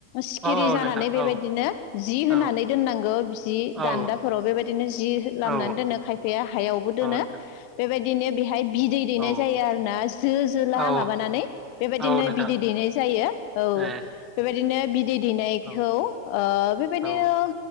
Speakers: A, on the left; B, on the right.
A: सिखिरि
B: औ औ
A: जानानै
B: नोंथां
A: बेबायदिनो
B: औ
A: जि होनानै
B: औ
A: दोन्नांगौ जि
B: औ
A: दान्दाफोराव बिबादिनो जि लामनानै
B: औ
A: दोनो खायफा हायावबो दोनो
B: नोंथां
A: बेबायदिनो बेहाय बिदै दैनाय
B: औ
A: जायो आरोना जो जोला
B: औ
A: माबानानै बेबायदिनो
B: औ नोंथां
A: बिदै दैनाय जायो औ
B: ए
A: बेबायदि बिदिनो बि दै दैनायखौ
B: औ
A: ओ बेबायदिनो
B: औ